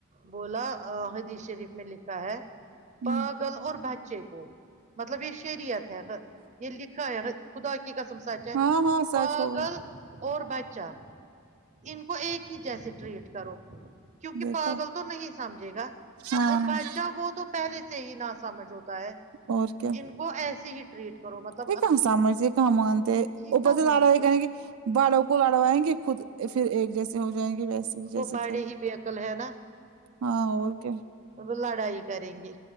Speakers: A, on the right (about 35°); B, on the right (about 75°).
A: بولا آ حدیث شریف میی لکھا ہے پاگل
B: ہوں
A: اور بچے کو مطلب یہ شریت ہے یہ لکھا ہے خدا کے کی قسم سچ ہے
B: ہاں ہاں سچ
A: پاگل
B: ہوگا
A: اور بچہ ان کو ایک ہی جیسے ٹریٹ کرو کیونکہ
B: دیکھا
A: پاگل تو نہیں سمجھے گا
B: ہاں
A: اور بادچہ وہ تو پہلے سے ہی نہ سمجھ ہوتا ہے
B: اور کیا
A: ان کو ایسے ہی ٹریٹ کروطب
B: یہ کہاں سامر کہاں مانتے ہیں
A: کیا
B: اپر سے لڑا
A: مانتے
B: کریں
A: ہیں
B: گ بالوں کو لڑوائیں گے خود پھر ایک جیسے ہو جائیں گے ویسے ہی جیسے
A: وہ بڑے
B: تھے
A: ہی بے عقل ہے
B: ہاں اور کیا
A: آب لڑائی کریں گے